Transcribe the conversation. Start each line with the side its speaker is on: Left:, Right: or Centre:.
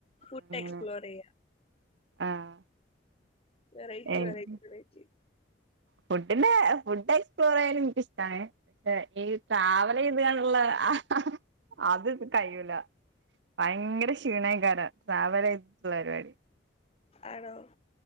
Left: ഫുഡ്
Right: അങ്ങനെ
Left: എക്സ്പ്ലോർ ചെയ്യ
Right: ആഹ്.
Left: വെറൈറ്റി,
Right: ഏഹ്
Left: വെറൈറ്റി, വെറൈറ്റി
Right: ഫുഡിന്റെ ഫുഡ് എക്സ്പ്ലോറെയ്യാൻ ഇനക്കിഷ്ടാണ്. പക്ഷെ ഈ ട്രാവല് ചെയ്ത്ക്കാണ്ടുള്ള ആഹ്. അത് കയ്യൂല്ല. ഭയങ്കര ക്ഷീണേക്കാരം. ട്രാവൽ ചെയ്ത്ട്ട്ള്ള പരിവാടി.
Left: ആണോ